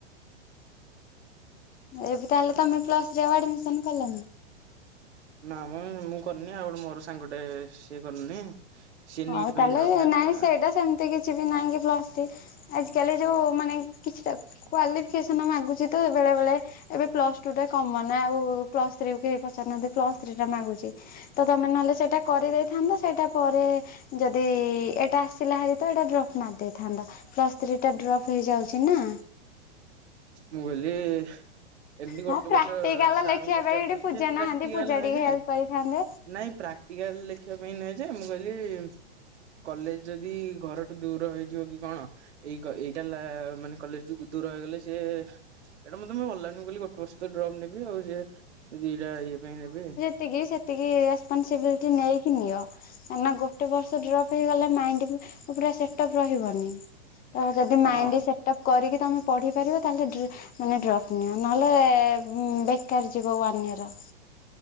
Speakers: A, on the left; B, on the right.
A: ଏବେ ତାହେଲେ ତମେ ପ୍ଲସ ଥ୍ରୀ ରେ ଆ ଆଡମିସନ କଲନି?
B: ନା ମ ମୁଁ କରିନି ଆଉ ଗୋଟେ ମୋର ସାଙ୍ଗଟେ-ଏ-ଏ-ଏ ସିଏ କରିନି। ସିଏ ନିଟ୍
A: ହଉ
B: ପାଇଁ
A: ତାହଲେ
B: ଡ୍ରପ୍ ନେଲା
A: ନାଇଁ ସେଇଟା ସେମିତି କିଛି ବି ନାଇଁ କି ପ୍ଲସ ଥି ଆଜ କାଲି ଯୋଉ ମାନେ କିଛିଟା କ୍ଵାଲିଫିକେସନ ମାଗୁଛି ତ ବେଳେ ବେଳେ ଏବେ ପ୍ଲସ ଟୁ ଟା କମନ ଆଉ-ଉ-ଉ ପ୍ଲସ୍ ଥ୍ରୀ କୁ କେହି ପଚାରୁନାହାନ୍ତି ପ୍ସ ଥ୍ରୀ ଟା ମାଗୁଛି ତମେ ନହେଲେ ସେଇଟା କରିଦେଇଥାନ୍ତ ସେଇଟା ପରେ ଯଦି-ଇ-ଇ-ଇ ଏଇଟା ଆସିଲା ହାରି ତ ଏଇଟା ଡ୍ରପ୍ ମାରି ଦେଇଥାନ୍ତ। ପ୍ଲସ ଥ୍ରୀ ଟା ଡ୍ରପ୍ ହେଇଯାଉଛି ନା।
B: ମୁଁ କହିଲି-ଇ-ଇ ଏମିତି ଗୋଟେ
A: ହଁ ପ୍ରାକ୍ଟିକାଲ
B: ବର୍ଷ ସାର୍
A: ଲେଖିବା
B: ଙ୍କୁ ପଚାରଥିଲେ
A: ପାଇଁ ଏଠି ପୂଜା
B: ଯେ
A: ନାହାନ୍ତି
B: ପ୍ରାକ୍ଟିକାଲ
A: ପୂଜା
B: ନାହିଁ
A: ଟିକେ
B: ନା
A: ହେଲ୍ପ କରିଥାନ୍ତେ।
B: ନାଇଁ ପ୍ରାକ୍ଟିକାଲ ଲେଖିବା ପାଇଁ ନୁହେଁ ଯେ ମୁଁ କହିଲି-ଇ-ଇ କଲେଜ ଯଦି-ଇ-ଇ ଘରଠୁ ଦୂର ହେଇଯିବ କି କଣ ଏଇକ ଏଇଟା ଲା-ଆ-ଆ ମାନେ କଲେଜ କୁ ଦୂର ହେଇଗଲେ ଯେ-ଏ-ଏ ଏଇଟା ମୁ ତ ଅନଲାଇନ କହିଲି ଗୋଟେ ବର୍ଷ ତ ଡ୍ରପ୍ ନେବି ଆଉ ଯେ ଦିଟା ଇଏ ପାଇଁ ନେବି।
A: ଏତିକି ସେତିକି ରେସପନସିବିଲିଟି ନେଇକି ନିଅ। ମାନେ ଗୋଟେ ବର୍ଷ ଡ୍ରପ୍ ହେଇଗଲା ମାଇଣ୍ଡ ପୁରା ସେଟପ ରହିବନି। ତ ଯଦି
B: ହଁ
A: ମାଇଣ୍ଡ ସେଟ ଅପ୍ କରିକି ତମେ ପଢିପାରିବ ତାହେଲେ ଡ୍ରି ମାନେ ଡ୍ରପ ନିଅ ନହେଲେ-ଏ-ଏ-ଏ ଉ ବେକାର ଯିବ ୱାନ ଇୟର।